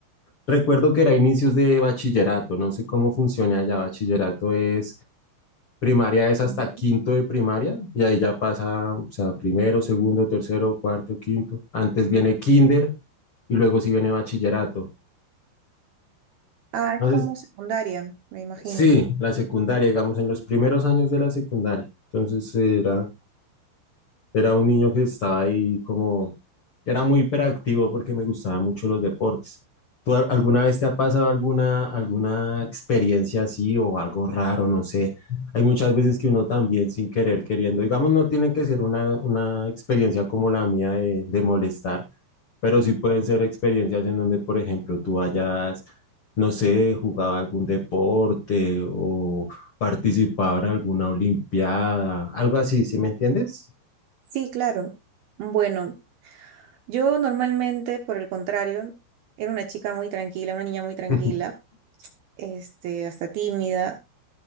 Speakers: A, on the left; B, on the right.
A: Recuerdo que era inicios de bachillerato, no sé cómo funciona allá. Bachillerato es primaria, es hasta
B: Vale.
A: quinto de primaria y ahí ya pasa, o sea, primero, segundo, tercero, cuarto, quinto. Antes viene kinder y luego sí viene bachillerato.
B: Ah, es
A: Entonces,
B: como secundaria, me imagino.
A: sí, la secundaria, digamos, en los primeros años de la secundaria. Entonces era Era un niño que estaba ahí como, era muy hiperactivo porque me gustaban mucho los deportes. ¿Tú al- alguna vez te ha pasado alguna, alguna experiencia así o algo raro? No sé. Hay muchas veces que uno también sin querer, queriendo, digamos, no tiene que ser una, una experiencia como la mía de, de molestar, pero sí pueden ser experiencias en donde, por ejemplo, tú hayas, no sé, jugado algún deporte o participado en alguna olimpiada, algo así, ¿sí me entiendes?
B: Sí, claro. Bueno, yo normalmente, por el contrario, era una chica muy tranquila, una niña muy tranquila,
A: <laughs>
B: este, hasta tímida.